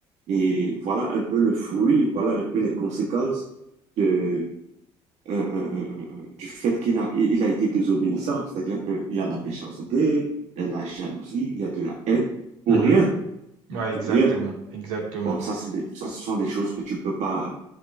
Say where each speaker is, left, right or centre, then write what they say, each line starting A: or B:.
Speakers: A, on the right (about 65°); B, on the right (about 85°).
A: Et voilà un peu le fruit, voilà un peu les conséquences de, euh, euh, euh, euh, euh, du fait qu'il a, il a été désobéissant. C'est-à-dire qu'il y a de la méchanceté, il y a de la jalousie, il y a de la haine, pour
B: Mhm.
A: rien,
B: Ouais, exactement,
A: pour rien.
B: exactement,
A: Bon, ça, c'est des- ça, ce sont des choses que tu ne peux pas.